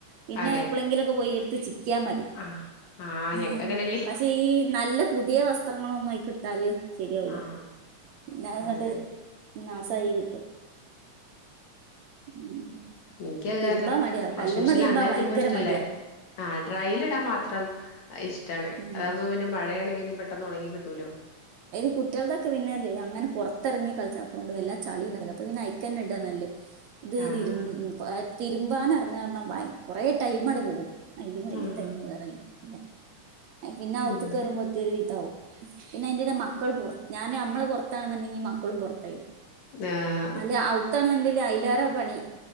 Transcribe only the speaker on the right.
പിന്നെ
എപ്പോളെങ്കിലൊക്കെ പോയി എടുത്ത് ചിക്കിയാ മതി
ഏഹ്
പക്ഷെ ഈ നല്ല പുതിയ വസ്ത്രങ്ങളൊന്നും അയ് കിട്ടാല് ശരിയാവുല
പിന്നെ അത് ഇങ്ങട്ട്
നാസായി കിട്ടും ഉം
തിരുമ്പാൻ
മടിയാ
കല്ലുമ്മെ
തിരുമ്പാൻ
ഭയങ്കര
മടിയാ.
ആഹ്
അത് കുട്ടികളതൊക്കെ പിന്നെല്ലേ അങ്ങനെ പുറത്തിറങ്ങി കളിച്ചാത്ത്ണ്ട് വല്ലാ ചളിണ്ടാവുല അപ്പൊ പിന്ന അയിക്കന്നെ ഇടാ നല്ലത് ഇത്
തിരു തിരുമ്പാനറങ്ങാരണം ബൈ കുറേ ടൈം എടുക്കും അയിലും വലിയ
ടൈം വേറെ ഇല്ല പിന്നെ പിന്നെ അവുത്ത്
കേറുമ്പോത്തിന് ഒരു വിധാവും പിന്നെ അയിന്റെടെ മക്കൾ പൊർ ഞാന് നമ്മള് പൊറത്താണ്ന്നുണ്ടെങ്കിൽ മക്കളും പുറത്തായിരുന്നു
അല്ല ഔത്താണെന്നുണ്ടെല് അയിലാറ പണി